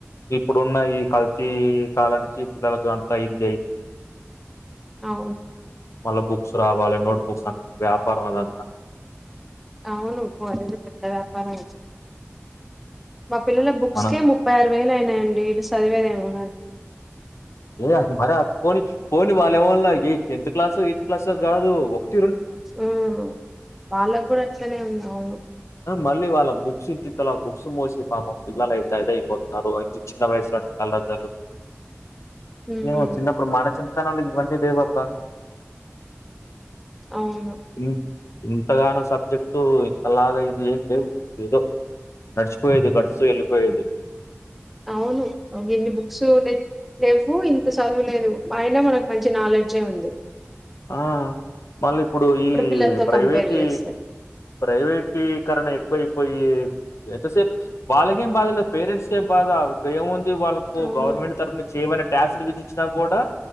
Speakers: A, on the left (about 75°); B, in the centre.
A: ఇప్పుడున్న ఈ కల్తీ కాలానికి పిల్లలలకు అంత ఇలేదు
B: అవు
A: మళ్ళా బుక్స్ రావాలి నోట్బుక్స్ అంత వ్యాపారం అదంతా
B: అవును బ పెద్ద వ్యాపారమే మా పిల్లల బుక్స్కే
A: మనం
B: ముప్పై ఆరు వేలు అయినాయండి ఇంగ చదివేది ఏమున్న
A: ఏ మరి ఫోన్ ఫోన్ వాళ్ళు ఏమన్నా నీ టెన్త్ క్లాస్ ఎయిత్ క్లాస్ కాదు ఒకటి
B: ఆ వాళ్ళకు కూడా అట్లనే ఉంది అవును
A: మళ్ళీ వాళ్ళ బుక్స్ ఇంతింతలా బుక్స్ మోసి పాపమ్ పిల్లలయితే అది అయిపోతున్నారు చిన్న వయసులో అలా తగు
B: ఉమ్
A: ఏమో చిన్నప్పుడు మన చింతనోళ్లకి ఇవన్నీ దేవబా
B: అవును
A: ఇం ఇంతగానో సబ్జెక్టు ఇంతలాగా ఇంకా ఇది ఏం మేం ఏదో నడిచిపోయేది గడుస్తూ వెళ్ళిపోయేది
B: అవును ఇన్ని బుక్స్ లేవు ఇంత చదువులేదు ఆయన మనకు మంచి నాలెడ్జే ఉంది.
A: ఆ మళ్ళీ ఇప్పుడు ఈ
B: పిల్లలతో
A: ప్రైవేటీ
B: కంపేర్ చేస్తే
A: ప్రైవేట్ టీకరణ ఎక్కువైపోయి ఎంతసేప్ వాళ్ళకేం బాధ లేదు పేరెంట్స్కే బాధ ఏమున్ వాళ్ళకు
B: అవును
A: గవర్నమెంట్ తరఫున చేయమని ట్యాక్స్ ఇచ్చిన కూడా